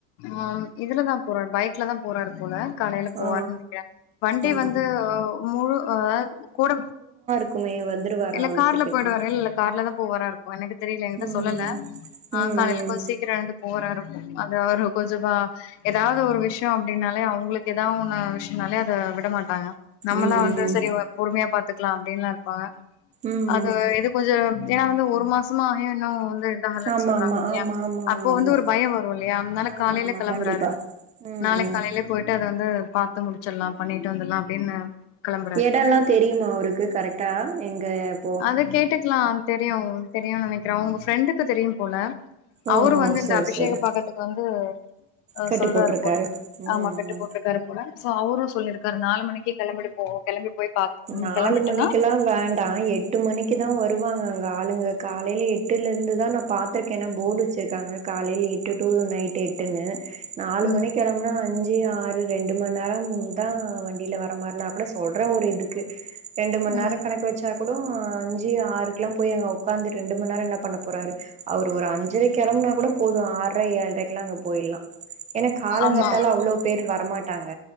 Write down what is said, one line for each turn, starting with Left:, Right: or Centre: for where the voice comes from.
Left: ஆ இதுலதான் போறாரு பைக்ல தான் போறாரு போல காலையில போவாருன்னு
Right: ஆ
Left: நினைக்கிறேன் வண்டி
Right: ஆ
Left: வந்து முழு ஆ கூட
Right: வீட்டுக்குமையே வந்துருவாரா
Left: இல்ல
Right: அவ்ளோ
Left: கார்ல
Right: சீக்கிரத்துல
Left: போயிடுவாரு இல்ல கார்ல தான் போவாரா இருக்கும் எனக்கு தெரியலங்க என்கிட்ட
Right: ம்
Left: சொல்லல ஆ
Right: ம்
Left: காலையில கொஞ்சம்
Right: ம்
Left: சீக்கிரம் எழுந்து போற இருக்கும் அது அவ கொஞ்சமா ஏதாவது ஒரு விஷயம் அப்டின்னாலே அவங்களுக்கு ஏதாவொன்ன விஷயம்னாலே அத விட மாட்டாங்க நம்மல்லா
Right: ம்
Left: இருந்தா
Right: ம்
Left: சரி பொறுமையா பாத்துக்கலாம் அப்டின்னுல்லாம் இருப்பாங்க
Right: ம்
Left: அது
Right: ம்
Left: இது கொஞ்சம் ஏன்னா வந்து ஒரு மாசமா ஆகும் இன்னும் வந்து போ முடில
Right: ஆமா
Left: சொல்றாங்க
Right: ஆமா
Left: இல்லையா
Right: ஆமா ஆமா
Left: அப்போ வந்து
Right: ஆமா ஆமா
Left: ஒரு பயம் வரும் இல்லையால அதனால
Right: ஆமா
Left: காலையில
Right: ஆமா
Left: கிளம்புறாரு
Right: கண்டிப்பா ம்
Left: நாளை
Right: ம்
Left: காலையில போயிட்டு அதை வந்து பாத்து முடிச்சிடலாம் பண்ணிட்டு வந்துடலாம் அப்டின்னு கெளம்புறாரு
Right: இடம் எல்லாம் தெரியுமா அவருக்கு கரெக்டா எங்க எப்
Left: அத கேட்டுக்கலாம் தெரியும் தெரியும்னு நினைக்கிறேன் உங்க ஃப்ரெண்டுக்கு தெரியும் போல
Right: ஓ
Left: அவரும்
Right: ஓ
Left: வந்து இந்த
Right: சரி
Left: அபிஷேக
Right: சரி
Left: பாக்கறதுக்கு வந்து ஆ
Right: கட்டு
Left: சொல்றாரு
Right: போட்ருக்காரு
Left: போல
Right: ம்
Left: ஆமா கெட்டு
Right: ம்
Left: போட்டிருக்காரு போனா சோ அவரு சொல்லிருக்காரு நாலு மணிக்கே கெளம்பிட்டு போவோ கெளம்பி போய் பாக் ம்
Right: நாலு
Left: கெளம்பிட்டனா
Right: மணிக்குல்லா வேண் ட எட்டு மணிக்கு தா வருவாங்க அங்க ஆளுங்க காலையில எட்டுல இருந்து தா நா பாத்திருக்கேன்னா போர்டு வச்சுருக்காங்க காலையில் எட்டு டூ நைட் எட்டுன்னு நாலு
Left: ம்
Right: மணிக்கு கெளம்னா அஞ் சு ஆறு ரெண்டு மணி நேரம் தா வண்டியில வர மாரினா கூட சொல்றே ஒரு இதுக் ரெண்டு மணி
Left: ம்
Right: நேர கணக்கு வச்சா கூட அஞ்சு ஆறுக்குல்லாம் போய் அங்க உக்காந்து ரெண்டு மணி நேர என்ன பண்ண போறாரு அவர் ஒரு அஞ்சு ஞ்சிரை கெளம்பனா கூட போது ஆறரை ஏழரைக்கு எல்லா அங்க போயிடலா ஏன்னா காலங்கத்தால
Left: ஆமா
Right: அவ்ளோ பேர் வரமாட்டாங்க